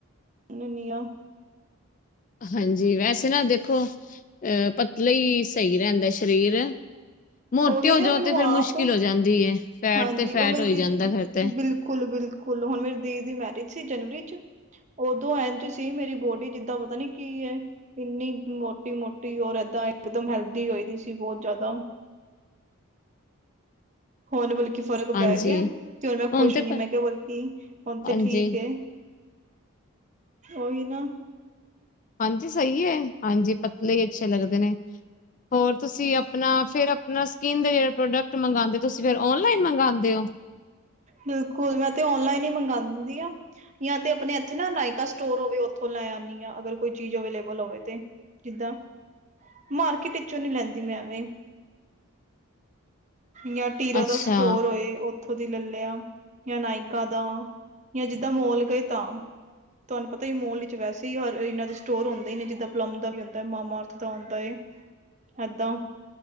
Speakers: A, on the right; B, on the left.
A: ਨ ਨੀਆਂ <unintelligible>
B: ਹਾਂਜੀ ਵੈਸੇ ਨਾ ਦੇਖੋ ਅ ਪਤਲੇ ਹੀ ਸਹੀ ਰਹਿੰਦਾ ਸਰੀਰ ਮੋਟੇ
A: ਉਹੀ
B: ਹੋ
A: ਨਾ
B: ਜਾਓ
A: ਮੈਨੂੰ
B: ਤੇ ਫੇਰ
A: ਆਪ
B: ਮੁਸ਼ਕਿਲ ਹੋ ਜਾਂਦੀ ਹੈ ਫੈਟ
A: ਹਾਂਜੀ
B: ਤੇ ਫੈਟ
A: ਉਹ ਮੇਰੀ
B: ਹੋਈ ਜਾਂਦਾ ਫਿਰ ਤੇ
A: ਬਿਲਕੁਲ ਬਿਲਕੁ ਕੁਲ ਹੁਣ ਮੇਰੀ ਦੀ ਦੀ ਮੈਰਿਜ ਸੀ ਜਨਵਰੀ ਚ ਉਦੋਂ ਐਂਝ ਸੀ ਮੇਰੀ ਬੋਡੀ ਜਿੱਦਾਂ ਪਤਾ ਨੀ ਕੀ ਐ ਇੰਨੀ ਮੋਟੀ ਮੋਟੀ ਔਰ ਇਏਦਾਂ ਇਕਦਮ ਹੈਲਦੀ ਹੋਈ ਦੀ ਸੀ ਬਹੁਤ ਜਿਆਦਾ ਹੁਣ ਬਲਕਿ ਫ਼ਰਕ
B: ਹਾਂਜੀ
A: ਪੈ ਗਿਆ ਤੇ ਹੁਣ ਮੈਂ ਖੁਸ਼
B: ਤੇ
A: ਹੁੰਨੀ
B: ਪ-
A: ਮੈਂ ਕਿਹਾ ਬਲਕਿ ਹੁਣ ਤੇ
B: ਹਾਂਜੀ
A: ਠੀਕ ਏ ਓਹੀ ਨਾ
B: ਹਾਂਜੀ ਸਹੀ ਹੈ ਹਾਂਜੀ ਪਤਲੇ ਹੀ ਅੱਛੇ ਲੱਗਦੇ ਨੇ ਹੋਰ ਤੁਸੀਂ ਆਪਣਾ ਫਿਰ ਆਪਣਾ ਸਕਿੰਨ ਦੇ ਜਿਹੜੇ ਪ੍ਰੋਡਕਟ ਮੰਗਾਂਦੇ ਓ ਤੁਸੀਂ ਫਿਰ ਔਨਲਾਈਨ ਮਗਾਂਦੇ ਓ
A: ਬਿਲਕੁਲ ਮੈਂ ਤੇ ਓਨਲਾਈਨ ਹੀ ਮੰਗਾਦੀ ਆਂ ਯਾਂ ਤੇ ਆਪਣੇ ਇੱਥੇ ਨਾ ਨਾਇਕਾ ਸਟੋਰ ਹੋਵੇ ਉੱਥੋਂ ਲੈ ਆਂਨੀ ਆ ਅਗਰ ਕੋਈ ਚੀਜ਼ ਅਵੇਲੇਬਲ ਹੋਵੇ ਤੇ ਜਿੱਦਾਂ ਮਾਰਕੀਟ ਵਿਚੋਂ ਨੀ ਲੈਂਦੀ ਮੈਂ ਐਵੇਂ ਜ ਟੀਰਾ
B: ਅੱਛਾ
A: ਦਾ ਸਟੋਰ ਹੋਏ ਉੱਥੋਂ ਦੀ ਲ ਲਿਆ ਜਾਂ ਨਾਇਕਾ ਦਾ ਜਾਂ ਜਿੱਦਾਂ ਮੋਲ ਗਏ ਤਾਂ ਤੁਹਾਨੂੰ ਪਤਾ ਹੀ ਮੋਲ ਵਿੱਚ ਵੈਸੇ ਹੀ ਹਰ ਇਹਨਾਂ ਦੇ ਸਟੋਰ ਹੁੰਦੇ ਹੀ ਨੇ ਜਿੱਦਾਂ ਪਲਮ ਦਾ ਵੀ ਹੁੰਦਾ ਹੈ ਮਾਮਾਅਰਥ ਦਾ ਹੁੰਦਾ ਏ ਹੈਦੋਂ <unintelligible>